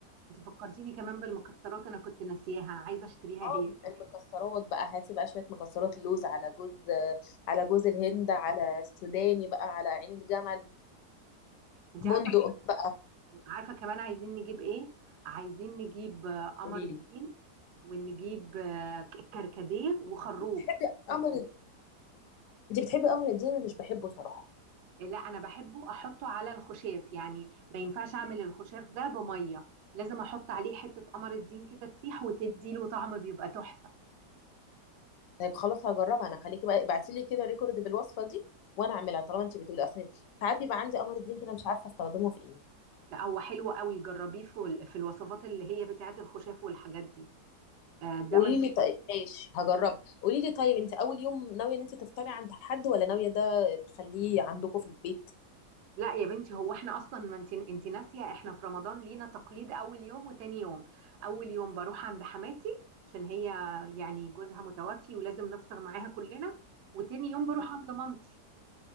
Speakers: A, on the right; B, on the left.
A: انت فكرتيني كمان بالمكسرات انا كنت ناسياها عايزه اشتريها
B: اه
A: هي كمان
B: المكسرات بقى هاتي بقى شوية مكسرات لوز على جوز على جوز الهند على سوداني بقى على عين الجمل
A: انت
B: بندق
A: عارفه
B: بقى
A: عارفه كمان عايزين نجيب ايه عايزين نجيب آه، قمر
B: قولي
A: الدين
B: لي
A: ونجيب آه، ك- كركديه وخروب
B: بتحبي قمر انت بتحبي قمر الدين انا مش بحبه صراحة
A: لا انا بحبه احطه على الخشاف يعني ما ينفعش اعمل الخشاف ده بميه لازم احط عليه حته قمر الدين كده تسيح وتدي له طعم بيبقى تحفه
B: طيب خلاص هجربها انا خليكي بقى ابعتي لي كده ريكورد بالوصفة دي وانا اعملها طالما انت بتقولي اصل ساعات بيبقى عندي قمر الدين كده مش عارفة استخدمه في ايه
A: لا هو حلو قوي جربيه في ال- في الوصفات اللي هي بتاعت الخشاف والحاجات دي آه، ده
B: قولي
A: من
B: لي طيب ماشي هجربها قولي لي طيب انت اول يوم ناوية ان انت تفطري عند حد ولا ناوية ده تخليه عندكم في البيت
A: لا يا بنتي هو احنا اصلا ما انت انت ناسيه احنا في رمضان لينا تقليد اول يوم وتاني يوم اول يوم بروح عند حماتي عشان هي يعني جوزها متوفي ولازم نفطر معاها كلنا وتاني يوم بروح عند مامتي